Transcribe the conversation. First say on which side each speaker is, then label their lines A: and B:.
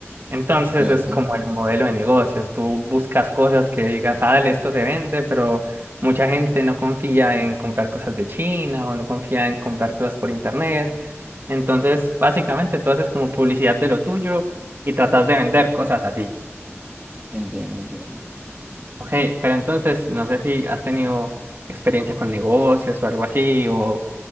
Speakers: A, on the right; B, on the right.
A: Entonces
B: cierto.
A: ese es como el modelo de negocios. Tú buscas cosas que digas, ah, dale, esto se vende, pero mucha gente no confía en comprar cosas de China o no confía en comprar cosas por internet. Entonces, básicamente tú haces como publicidad de lo tuyo y tratas de vender cosas así.
B: Entiendo, entiendo.
A: Ok, pero entonces no sé si has tenido experiencia con negocios o algo así o...